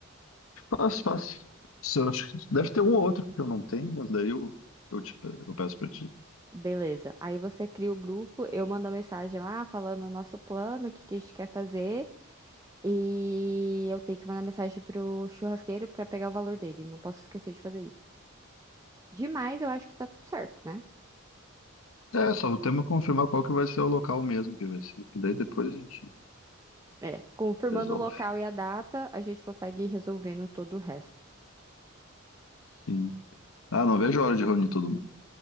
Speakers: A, on the left (about 80°); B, on the right (about 15°).
A: Fácil, fácil. Isso eu acho que Deve ter um ou outro que eu não tenho, mas daí eu, eu, te, pe- eu peço pra ti.
B: Beleza. Aí você cria o grupo, eu mando a mensagem lá falando o nosso plano, o que que a gente quer fazer. E eu tenho que mandar mensagem pro churrasqueiro pra pegar o valor dele. Não posso esquecer de fazer isso. Demais, eu acho que tá tudo certo, né?
A: É, só temos que confirmar qual que vai ser o local mesmo que vai ser, que daí depois a gente
B: É, confirmando
A: resolve.
B: o local e a data, a gente consegue ir resolvendo todo o resto.
A: Sim. Ah, não vejo a hora de reunir todo mundo.